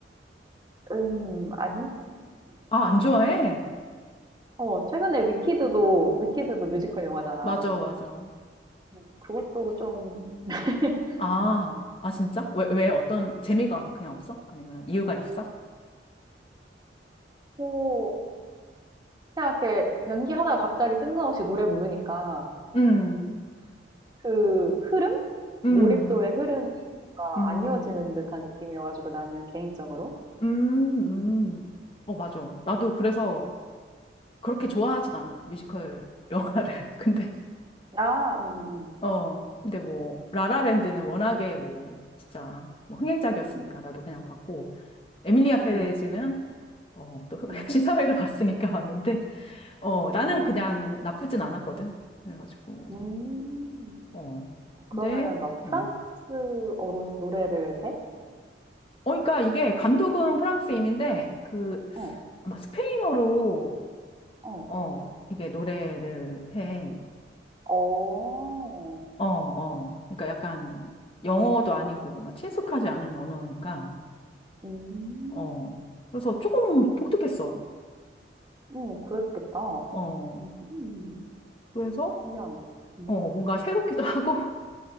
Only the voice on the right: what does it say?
음 아니.
어 최근에 위키드도 위키드도 뮤지컬 영화잖아.
음, 그것도 좀 <laughs>
음.
음.
호 그냥 이렇게 연기하다가 갑자기 뜬금없이 노래 부르니까
그 흐름?
몰입도의 흐름이 뭔가
안 이어지는 듯한 느낌이어 가지고 나는 개인적으로.
음.
아 음음음.
음.
음.
음음.
음.
어 그러면은
막 프랑스어로
노래를 해?
음.
어.
어.
어.
음.
음 그랬겠다.
음음.
신기한데? 음.